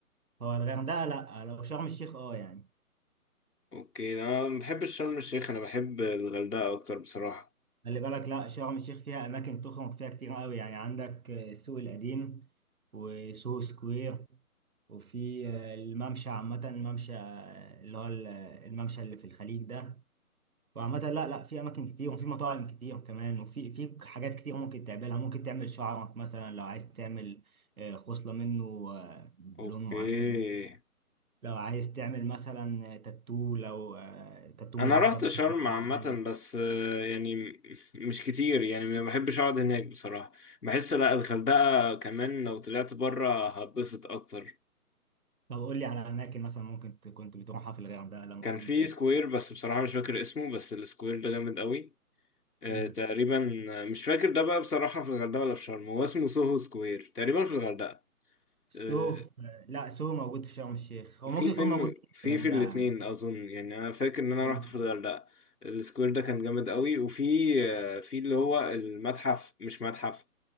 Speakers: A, on the right; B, on the left.
A: هو الغردقة لا لو شرم الشيخ اه يعني
B: اوكي انا ما بحبش شرم الشيخ انا بحب الغردقة اكتر بصراحة
A: خلي بالك لا شرم الشيخ فيها اماكن تخرج فيها كتير قوي يعني عندك آه، السوق القديم وسوهو سكوير وفي آه، الممشى عامه الممشى آه، اللي هو الممشى اللي في الخليج ده وعامه لا لا في اماكن كتير وفي مطاعم كتير كمان وفي في حاجات كتير ممكن تعملها ممكن تعمل شعرك مثلا لو عايز تعمل آه، خصله منه آه، بلون
B: اوكي
A: معين لو عايز تعمل مثلا تاتو لو آه، تاتو
B: انا
A: مؤقت
B: رحت شرم
A: ولا
B: عامة
A: حاجه
B: بس آه، يعني م- مش كتير يعني ما بحبش اقعد هناك بصراحة بحس لا الغردقة كمان لو طلعت بره هتبسط اكتر
A: طب قول لي على اماكن مثلا ممكن ت- كنت بتروحها في الغردقه لما
B: كان
A: كنت
B: في سكوير بس بصراحة مش فاكر اسمه بس السكوير ده جامد قوي آه،
A: امم
B: تقريبا آه، مش فاكر ده بقى بصراحة في الغردقة ولا في شرم هو اسمه سوهو سكوير تقريبا في الغردقة
A: سو
B: آه،
A: في... لا سو موجود في شرم الشيخ هو
B: في
A: ممكن يكون
B: منه
A: موجود في
B: في
A: الغردقه
B: في الاتنين
A: يعني
B: أظن يعني أنا فاكر إن أنا
A: ممكن
B: رحت في الغردقة السكوير ده كان جامد قوي وفي آه، في اللي هو المتحف مش متحف